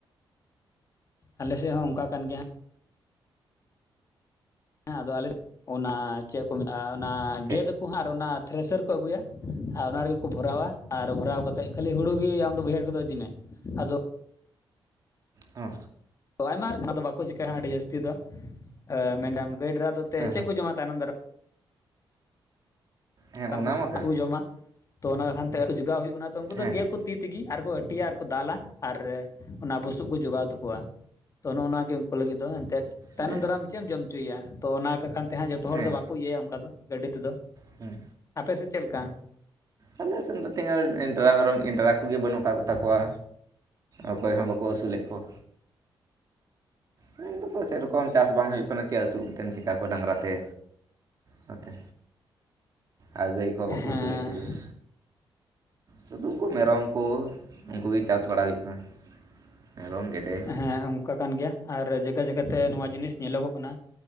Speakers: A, on the left; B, on the right.
A: ᱟᱞᱮ ᱥᱮᱫ ᱦᱚ ᱚᱱᱠᱟ ᱠᱟᱱ ᱜᱮᱭᱟ᱾ ᱦᱮᱸ ᱟᱫᱚ ᱟᱞᱮ ᱚᱱᱟ ᱪᱮᱫ ᱠᱚ ᱢᱮᱛᱟᱜᱼᱟ᱾ ᱚᱱᱟ
B: ᱪᱮᱫ
A: ᱜᱮᱫᱟ ᱠᱚ ᱦᱟᱸ ᱟᱨ ᱚᱱᱟ ᱯᱷᱨᱮᱥᱟᱨ ᱠᱚ ᱟᱹᱜᱩᱭᱟ ᱟᱨ ᱚᱱᱟ ᱨᱮᱜᱮ ᱠᱚ ᱵᱷᱚᱨᱟᱣᱟ ᱟᱨ ᱵᱷᱚᱨᱟᱣ ᱠᱟᱛᱮᱫ ᱠᱷᱟᱹᱞᱤ ᱦᱩᱲᱩ ᱜᱮ ᱟᱢᱫᱚ ᱵᱟᱹᱭᱦᱟᱹᱲ ᱠᱷᱚᱱᱫᱚ ᱤᱫᱤᱢᱮ ᱟᱫᱚ
B: ᱦᱚ
A: ᱚ ᱟᱭᱢᱟᱨ ᱠᱟᱱᱟ ᱫᱚ ᱵᱟᱠᱚ ᱪᱤᱠᱟᱹᱜᱼᱟ᱾ ᱟᱹᱰᱤ ᱡᱟᱹᱥᱛᱤ ᱫᱚ ᱮ ᱢᱮᱱᱰᱟᱢ ᱜᱟᱹᱭ ᱰᱨᱟ ᱫᱚ ᱛᱮ
B: ᱦᱮᱸ
A: ᱪᱮᱫ
B: ᱦᱮᱸ
A: ᱠᱚ ᱡᱚᱢᱟ ᱛᱟᱭᱱᱚᱢ ᱫᱟᱨᱟᱢ
B: ᱦᱮᱸ
A: ᱨᱟᱢ
B: ᱚᱱᱟ
A: ᱵᱩᱥᱩᱵ
B: ᱢᱟ
A: ᱠᱚᱠᱚ
B: ᱠᱟᱱ
A: ᱡᱚᱢᱟ ᱛᱚ ᱚᱱᱟᱠᱷᱟᱱᱛᱮ ᱡᱚᱜᱟᱣ ᱦᱩᱭᱩᱜ ᱠᱟᱱᱟ᱾ ᱛᱚ ᱩᱱᱠᱩ ᱫᱚ
B: ᱦᱮᱸ
A: ᱜᱮᱫ
B: ᱦᱮᱸ
A: ᱠᱚ ᱛᱤ ᱛᱮᱜᱮ ᱟᱨᱠᱚ ᱟᱹᱴᱤᱭᱟ ᱟᱨ ᱠᱚ ᱫᱟᱞᱟ ᱟᱨ ᱚᱱᱟ ᱵᱩᱥᱩᱵ ᱠᱚ ᱡᱚᱜᱟᱣ ᱛᱟᱠᱚᱣᱟ ᱛᱚ ᱱᱚᱜᱚᱼ ᱱᱚᱣᱟ ᱜᱮ ᱩᱱᱠᱩ ᱞᱟᱹᱜᱤᱫ ᱫᱚ ᱛᱮᱫ ᱛᱟᱭᱱᱚᱢ
B: ᱦᱮᱸ
A: ᱫᱟᱨᱟᱢ ᱪᱮᱫ ᱮᱢ ᱡᱚᱢ ᱦᱚᱪᱚᱭᱮᱭᱟ ᱛᱚ ᱚᱱᱟ ᱠᱟᱠᱷᱟᱱ ᱛᱮ ᱡᱚᱛᱚ
B: ᱦᱮᱸ
A: ᱦᱚᱲ ᱫᱚ ᱵᱟᱠᱚ ᱤᱭᱟᱹᱭᱟ᱾ ᱚᱱᱠᱟ ᱫᱚ ᱜᱟᱹᱰᱤ ᱛᱮᱫᱚ
B: ᱦᱮᱸ
A: ᱟᱯᱮ ᱥᱮᱫ ᱪᱮᱫ ᱞᱮᱠᱟ
B: ᱟᱞᱮ ᱥᱮᱫ ᱫᱚ ᱚᱱᱠᱟ ᱰᱟᱝᱜᱨᱟ-ᱢᱮᱨᱚᱢ ᱵᱟᱹᱱᱩᱜ ᱠᱟᱜ ᱠᱚᱛᱟᱠᱚᱣᱟ ᱚᱠᱚᱭ ᱦᱚ ᱵᱟᱠᱚ ᱟᱹᱥᱩᱞᱮᱫ ᱠᱚᱣᱟ᱾ ᱢᱮᱱ ᱫᱟᱠᱚ ᱥᱮᱭᱨᱚᱠᱚᱢ ᱪᱟᱥ ᱵᱟᱝ ᱦᱩᱭᱩᱜ ᱠᱟᱱᱟ ᱪᱮᱫ ᱟᱹᱥᱩᱞ ᱠᱟᱛᱮ ᱪᱤᱠᱟ ᱠᱚᱣᱟ ᱰᱟᱝᱨᱟ ᱛᱮ ᱚᱱᱟᱛᱮ ᱟᱨ ᱜᱟᱹᱭ ᱠᱚᱦᱚᱸ
A: ᱦᱮᱸ
B: ᱵᱟᱠᱚ ᱟᱹᱥᱩᱞᱮᱫ ᱠᱚᱜᱮᱭᱟ᱾ ᱥᱩᱫᱩ ᱠᱚ ᱢᱮᱨᱚᱢ ᱠᱚ ᱩᱱᱠᱩ ᱜᱮ ᱪᱟᱥ ᱵᱟᱲᱟ ᱦᱩᱭᱩᱜ ᱠᱟᱱᱟ᱾ ᱢᱮᱨᱚᱢ ᱜᱮᱰᱮ
A: ᱦᱮᱸ ᱚᱱᱠᱟ ᱠᱟᱱ ᱜᱮᱭᱟ ᱟᱨ ᱡᱟᱭᱜᱟ ᱡᱟᱭᱜᱟᱛᱮ ᱱᱚᱣᱟ ᱡᱤᱱᱤᱥ ᱧᱮᱞᱚᱜᱚᱜ ᱠᱟᱱᱟ᱾